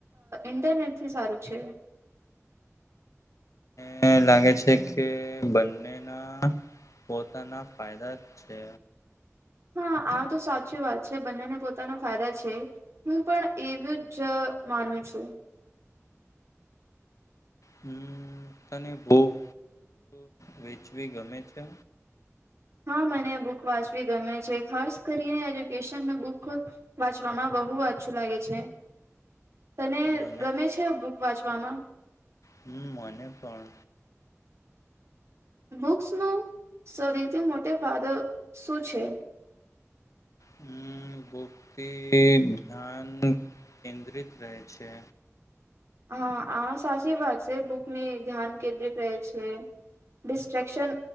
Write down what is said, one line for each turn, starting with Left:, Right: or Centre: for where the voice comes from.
Right: ઇન્ટરનેટથી સારું છે?
Left: મને લાગે છે કે બંનેના પોતાના ફાયદા છે.
Right: હા આ તો સાચી વાત છે બંનેને પોતાના ફાયદા છે હું પણ એવું જ માનું છું.
Left: હમ તને બુક વેચવી ગમે છે?
Right: હા મને બુક વાંચવી ગમે છે ખાસ કરીને એજ્યુકેશન બુક વાંચવામાં બહુ વાચુ લાગે છે. તને
Left: મને
Right: ગમે છે બુક વાંચવામાં?
Left: હમ મને પણ
Right: બુક્સનો સરીથી મોટે ફાયદો શું છે.
Left: હમ બુકથી ધ્યાન કેન્દ્રિત રહે છે.
Right: હા આ સાચી વાત છે બુકની ધ્યાન કેન્દ્રિત રહેે છે ડિસ્ટ્રકશન